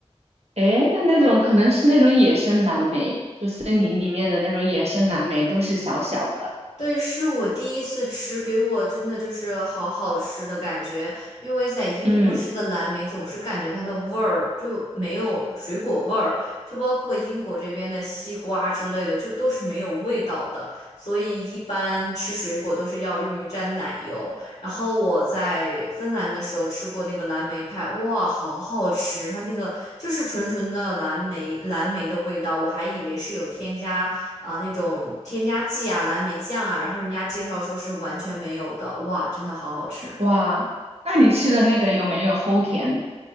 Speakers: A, on the right (about 65°); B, on the left (about 75°).
A: 诶，那那种可能是那种野生蓝莓，就森林里面的那种野生蓝莓都是小小的，
B: 对，是我第一次吃，给我真的就是好好吃的感觉。因为在英国吃的蓝莓总是感觉它的味儿就没有水果味儿，
A: 嗯，
B: 就包括英国这边的西瓜之类的，就都是没有味道的。所以一般吃水果都是要用于蘸奶油。然后我在芬兰的时候吃过那个蓝莓派，哇，好好吃！它那个就是纯纯的蓝莓，蓝莓的味道，我还以为是有添加。啊，那种添加剂啊、蓝莓酱啊，然后人家介绍说是完全没有的，哇，真的好好吃
A: 哇，那你吃的那个有没有齁甜呢